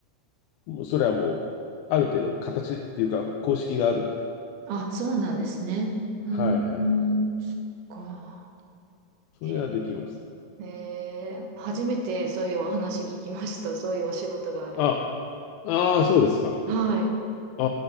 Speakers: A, on the left; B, on the right.
A: もうそれはもう、ある程度形っていうか公式があるんで。
B: あ、そうなんですね。うーん、
A: はいはい。
B: そっか。
A: それはできます。
B: へえ、へー初めてそういうお話聞きました。<laughs> そういうお仕事がある。
A: あ、ああ、そうですか。
B: はい。
A: あ